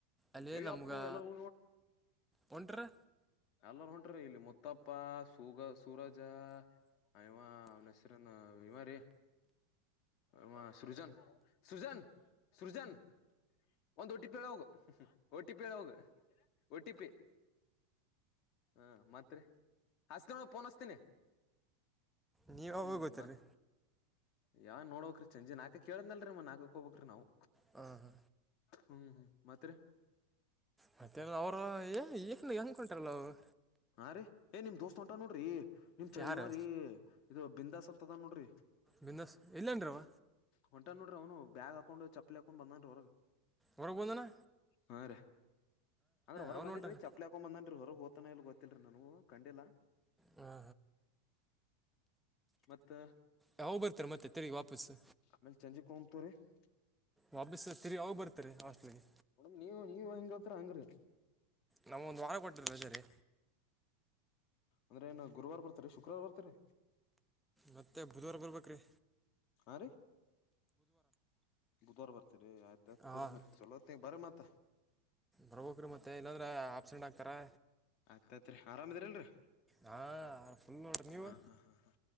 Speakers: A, in the centre; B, on the left.
A: ಅಲ್ಲ
B: ಅಯ್ಯಪ್ಪೋ
A: ನಮ್ಗೆ
B: ಎಲ್ಲರೂ
A: ಹೊಂಟ್ರ
B: ಎಲ್ಲರು ಹೊಂಟ್ರ ಇಲ್ಲಿ ಮುತ್ತಪ್ಪ ಸೂಗ ಸೂರಜ ಆಯವಾ ಅವ ನ ಹೆಸರನ್ ವಿಮ ರೀ ಹ ಸೃಜನ್ ಸೃಜನ್ ಸೃಜನ್ ಒಂದ್ ಒಟ್ಟಿ ಪೇಳ ಹೋಗ ಓಟಿ ಪಿ ಅ ಹೋಗ ಓಟಿ ಪಿ ಹ್ಮ ಮತ್ರಿ ಹಸ್ಕ್ರಲ್ ಪೋನ್ಸ್ತೀನಿ
A: ನೀವ್ ಯಾವಾಗ
B: ಹ್ಮ್
A: ಗೊತ್ತೀರಿ
B: ಮತ್ ಯಾವ್ ನೋಡೋಕ್ರೀ ಚಜಿ ನಾಕಕ್ ಕೇಳಂದ ಅಲ್ರೀ ಮನ್ ನಾಕಕ್ ಹೋಗಬಬೇಕ್ರಿ ನಾವು.
A: ಹಾ ಹಾ
B: ಹ್ಮ್ -ಮತ್ತೆ
A: ಮತ್ತೆ ಅವ್ರು ಈಕಿಂದ ಹೆಂಗ್ಕಂಟಾರಲ್ಲ ಅವ್ರು
B: ಹಾ- ರೀ- ಏ- ನಿಮ್ ದೋಸ್ತ್ ಉಂಟ ನೋಡ್ರಿ ನಿಮ್ ಚಳಿ
A: ಯಾರು
B: ಇವ್ರರಿ ಇದು ಬಿಂದಾಸ್ ನೋಡ್ರಿ
A: ಬಿನಸ್ <unintelligible> ಇಲ್ಲೇನ್ರವ
B: ಹೊಂಟಾ ನೋಡ್ರಿ ಅವನು ಬಾಗ್ಯಾ ಹಾಕೊಂಡ್ ಚಪ್ಪಲಿ ಹಾಕೊಂಡ್ ಬನ ಹೊರಗ್
A: ಹೊರಬಂದನಾ
B: ಹಾ- ರೀ ಅಂದ್ರೆ ಹೊರಗ್
A: ಅವ್ನು
B: ಬಂದಿಲ್ಲೀ
A: ಹೊಂಟಾನ
B: ಚಪ್ಪಲಿ ಹಾಕೊಂಡ್ ಬಂದನ್ರಿ ಹೊರಗ್ ಓತ್ತಾನ ಇಲ್ ಗೊತ್ತ <unintelligible> ನಾ ಕಂಡಿಲ್ಲಾ
A: ಹಾ
B: ಮತ್ತ -ಅ
A: ಯಾವವು ಬರ್ತಾರೆ ಮತ್ತೆ ತಿರಿಗೆ ವಾಪಸ್ಸು.
B: ಮೇ ಚಂಜಿ ಕಮ್ ತು ರರಿ <unintelligible>
A: ವಾಪಸ್ಸ <unintelligible> ತಿರಿಯ ಅವಾಗ ಬರ್ತಾರೆ <unintelligible> ಹಾಸ್ಟ್ಲಿಗೆ
B: ಮಡಮ್ <unintelligible> ನೀವ್ ನೀವ್ ಹಂಗ ಹತ್ರರಿ ಹಂಗ್ರೀ
A: ನಮಗೊಂದು ವಾರ ಕೊಟ್ಟರ ರಜರಿ.
B: ಅಂದ್ರೆ ಏನು ಗುರುವಾರ ಬರ್ತೀರಿ ಶುಕ್ರವಾರ ಬರ್ತೀರಿ
A: ಮತ್ತೆ ಬುಧವರ್ ಬರ್ಬೇಕು -ರೀ
B: ಹಾ -ರೀ- ಬುಧವಾರ ಬರ್ತೀರಿ ಆಯ್ತ ಆಯ್ತವರಿ
A: ಹಾಂ
B: ಮತ್ ಚಲೋತ್. <unintelligible> ಬರ ಮತಾ
A: ಬ್ರಬಕರು ಮತ್ತೆ ಏನಂದ್ರೆ ಆಬ್ಸೆಂಟ್ ಆಗ್ತಾರೆ.
B: ಆಯಗ್ತತ್ರಿ ಆರಾಮದ್ರಲ್ರಿ
A: ಹಾಂ ಫುಲ್ ನೋಡ್ರಿ ನೀವು
B: ಹಾ- ಹಾ -ಹಾ -ಹಾ